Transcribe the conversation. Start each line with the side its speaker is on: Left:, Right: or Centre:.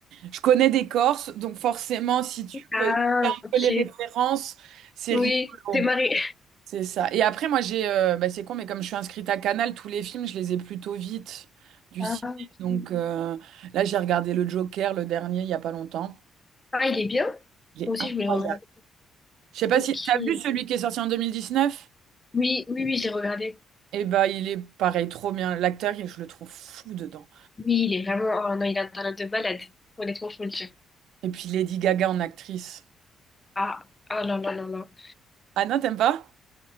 Right: Je connais des Corses, donc forcément, si tu connais
Left: Ah,
Right: un
Left: ok.
Right: peu les références, c'est
Left: Oui,
Right: rigolo.
Left: c'est marré.
Right: C'est ça. Et après, moi, j'ai. euh, bah, c'est con, mais comme je suis inscrite à Canal, tous les films, je les ai plutôt vite du
Left: Ah,
Right: ciné.
Left: ok.
Right: Donc euh, là, j'ai regardé Le Joker, le dernier, il n'y a pas longtemps.
Left: Ah, il est bien?
Right: Il est
Left: Moi aussi,
Right: incroyable.
Left: je voulais regarder.
Right: Je sais pas
Left: Ok.
Right: si. T'as
Left: Oui,
Right: vu celui qui est sorti en 2019?
Left: oui, oui, j'ai regardé.
Right: Eh bah, il est pareil, trop bien. L'acteur, il- je le trouve fou dedans.
Left: Oui, il est vraiment... Oh non, il a un talent de malade. Honnêtement, je peux le dire.
Right: Et puis Lady Gaga en actrice.
Left: Ah, ah non, non, non, non.
Right: Ah non, t'aimes pas?